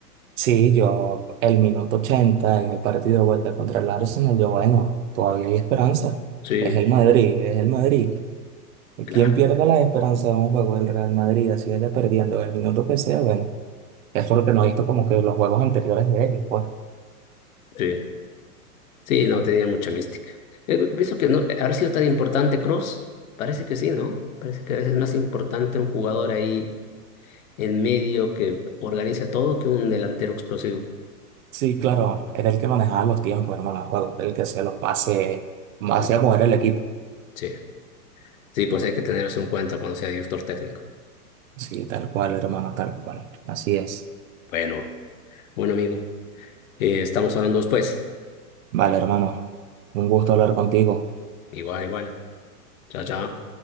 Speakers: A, on the right (about 55°); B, on the left (about 60°).
A: Sí, yo el minuto 80 en el partido de vuelta contra el Arsenal, yo bueno, todavía hay esperanza.
B: Sí,
A: Es el Madrid, es el Madrid.
B: claro,
A: Quien pierda la esperanza de un juego del Real Madrid, así vaya perdiendo el minuto que sea, bueno, eso es lo que no he visto como que los juegos anteriores de ellos, pues.
B: sí. Sí, no, tenía mucha mística. Eh, pienso que no, haber sido tan importante Cross, parece que sí, ¿no? Parece que a veces es más importante un jugador ahí en medio que organiza todo que un delantero explosivo.
A: Sí, claro, era el que manejaba los tiempos, hermano, el juego, era el que hacía los pases, más
B: Mm,
A: hacía mover el equipo.
B: Sí, sí, pues hay que tener eso en cuenta cuando sea director técnico.
A: Sí, tal cual, hermano, tal cual. Así es.
B: Bueno, bueno, amigo, eh, estamos hablando después.
A: Vale, hermano, un gusto hablar contigo.
B: Igual, igual. Chao, chao.